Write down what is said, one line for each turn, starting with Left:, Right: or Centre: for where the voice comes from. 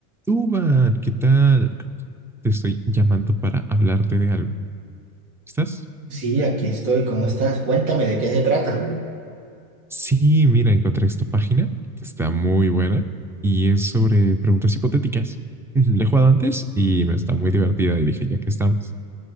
Centre: Duban, ¿qué tal? Te estoy llamando para hablarte de algo. ¿Estás?
Right: Sí, aquí estoy. ¿Cómo estás? Cuéntame de qué se trata.
Centre: Sí, mira, encontré esta página. Está muy buena y es sobre preguntas hipotéticas. Ujú, La he jugado antes y me está muy divertida y dije, ya que estamos,